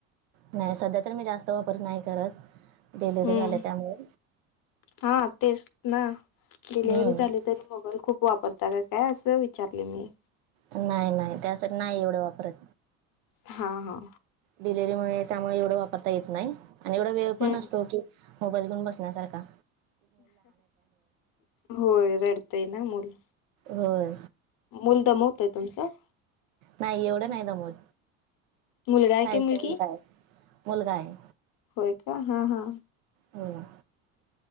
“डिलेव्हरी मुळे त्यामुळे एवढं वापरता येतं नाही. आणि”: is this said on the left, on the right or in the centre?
Right